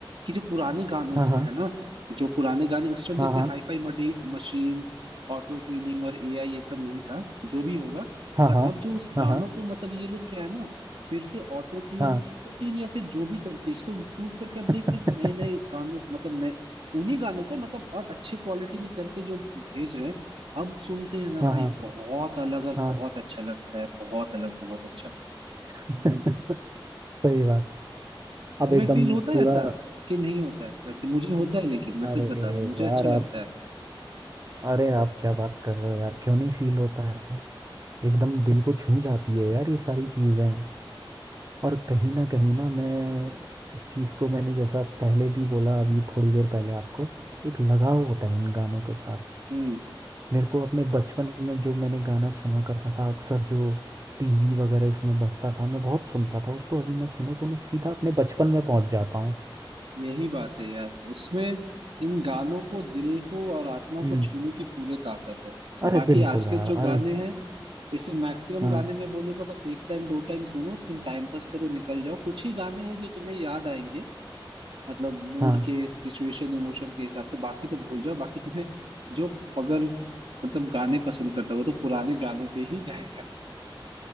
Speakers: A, on the right (about 85°); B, on the right (about 40°).
A: कि जो पुराने गाने
B: हाँ
A: को
B: हाँ
A: है ना जो पुराने गाने उस टाइम
B: हाँ
A: तो इतने
B: हाँ
A: हाईफाई मडी मशीन्स ऑटो ट्यूनिंग और एआई ये सब नहीं था जो भी होगा
B: हाँ
A: पर
B: हाँ
A: अब जो उस गानों
B: हाँ
A: को मतलब ये लोग क्या है ना फिर से ऑटो ट्यून
B: हाँ हाँ
A: ऑटो ट्यून या फिर जो भी करके इसको इम्प्रूव करके अब
B: <laughs>
A: देख रहे हो जो नए नए गानों मतलब नए उन्हीं गानों को मतलब और अच्छे क्वालिटी में करके जो भेज रहे हैं अब सुनते हैं ना
B: हाँ
A: भाई
B: हाँ
A: बहुत अलग और
B: हाँ
A: बहुत अच्छा लगता है बहुत अलग बहुत अच्छा
B: <laughs> सही बात अब
A: तुम्हें
B: एकदम
A: फील होता है
B: पूरा
A: ऐसा कि नहीं होता है वैसे मुझे होता है लेकिन मैं
B: अरे
A: सच बता रहा हूँ मुझे
B: यार
A: अच्छा लगता
B: आप
A: है
B: अरे आप क्या बात कर रहे हो यार क्यों नहीं फील होता है एकदम दिल को छू जाती है यार ये सारी चीज़ें और कहीं ना कहीं ना मैं इस चीज़ को मैंने जैसा पहले भी बोला अभी थोड़ी देर पहले आपको एक लगाव होता है इन गानों के साथ
A: हम्म
B: मेरे को अपने बचपन में जो मैंने गाना सुना करता था अक्सर जो टीवी वगैरह इसमें बजता था मैं बहुत सुनता था उसको अभी मैं सुनूं तो मैं सीधा अपने बचपन में पहुंच जाता हूँ
A: यही बात है यार उसमें इन गानों को दिल को और आत्मा
B: हम्म
A: को छूने की पूरी ताकत है और
B: अरे
A: बाकी
B: बिल्कुल
A: आज के
B: यार
A: जो गाने
B: अरे
A: हैं इसमें मैक्सिमम
B: हाँ
A: गाने मैं बोलूंगा बस एक टाइम दो टाइम सुनो तुम टाइम पास करो निकल जाओ कुछ ही गाने हैं जो तुम्हें याद आएंगे मतलब मूड
B: हाँ
A: के सिचुएशन इमोशंस के हिसाब से बाकी तो भूल जाओ बाकी तुम्हें जो अगर मतलब गाने पसंद करता है वो तो पुराने गानों पे ही जाएगा